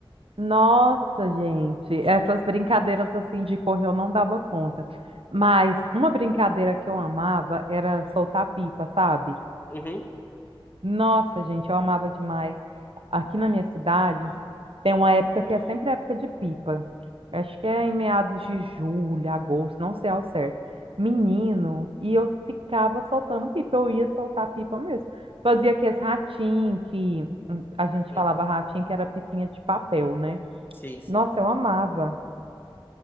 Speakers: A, on the right; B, on the left.
A: Nossa, gente, essas brincadeiras assim de correr eu não dava conta. Mas uma brincadeira que eu amava era soltar pipa, sabe?
B: Uhum,
A: Nossa, gente, eu amava demais. Aqui na minha cidade tem uma época que é sempre a época de pipa. Acho que é em meados de julho, agosto, não sei ao certo. Menino, e eu ficava soltando pipa, eu ia soltar pipa mesmo. Fazia aqueles ratinhos que hum, a gente
B: uhum.
A: falava ratinho que era pipinha de papel, né?
B: Sim, sim.
A: Nossa, eu amava.